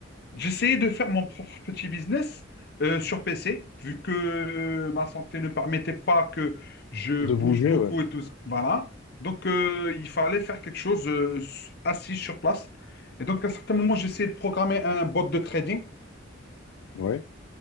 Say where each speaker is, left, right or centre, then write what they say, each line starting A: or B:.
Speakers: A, on the left; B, on the left.
A: J'essayais de faire mon propre petit business euh, sur PC, vu que euh, ma santé ne permettait pas que je
B: De
A: bouge
B: bouger,
A: beaucoup
B: ouais.
A: et tout. ça. Voilà. Donc, euh, il fallait faire quelque chose euh, s- assis sur place. Et donc, à un certain moment, j'ai essayé de programmer un bot de trading.
B: Ouais.